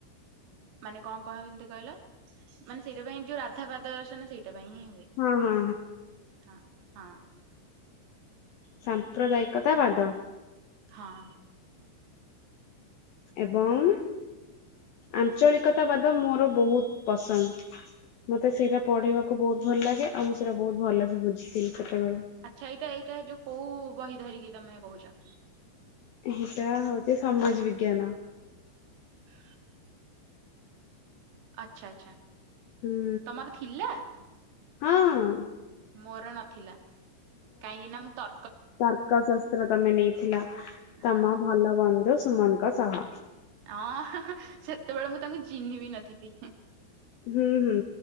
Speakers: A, on the right (about 80°); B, on the left (about 75°).
A: ମାନେ କଣ କହନ୍ତି କହିଲ? ମାନେ ସେଇଟା ପାଇଁ ଯୋଉ ରାଧା ପାଦ ଦର୍ଶନ ସେଇଟା ପାଇଁ ହିଁ ହୁଏ,
B: ହଁ, ହଁ,
A: ହଁ- ହଁ।
B: ସାମ୍ପ୍ରଦାୟିକତା ବାଦ
A: ହଁ।
B: ଏବଂ ଆଞ୍ଚଳିକତାବାଦ ମୋର ବହୁତ ପସନ୍ଦ। ମତେ ସେଇଟା ପଢିବାକୁ ବହୁତ ଭଲ ଲାଗେ, ଆଉ ମୁଁ ସେଇଟା ବହୁତ ଭଲସେ ବୁଝିଥିଲି ସେତେବେଳେ।
A: ଆଚ୍ଛା ଏଇଟା ଏଇଟା ଯୋଉ କୋଉ ବହି ଧରିକି ତମେ କହୁଛ?
B: ଏଇଟା ହଉଛି ସମାଜ ବିଜ୍ଞାନ।
A: ହ ଆଚ୍ଛା ଆଚ୍ଛା
B: ହୁଁ,
A: ତମର ଥିଲା?
B: ହଁ
A: ମୋର ନଥିଲା, କାହିଁକି ନା ମୁଁ ତ
B: ତର୍କଶସ୍ତ୍ର ତମେ ନେଇଥିଲ,
A: ହଁ
B: ତମ ଭଲ ବନ୍ଧୁ ସୁମନଙ୍କ ସହ।
A: ଆଁ- ହଁ ସେତେବେଳେ ମୁଁ ତାଙ୍କୁ ଚିହ୍ନିବି ନଥିଲି।
B: ହୁଁ- ହୁଁ